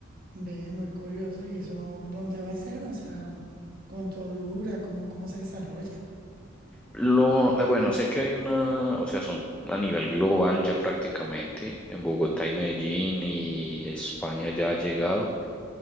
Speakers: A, on the right; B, in the centre.
A: Ve, muy curioso. ¿Y eso dónde va a ser? O sea, ¿cuánto dura? ¿Cómo, cómo se desarrolla?
B: Lo, eh, bueno, sé que hay una, o sea, son a nivel global ya prácticamente, en Bogotá y Medellín y España ya ha llegado.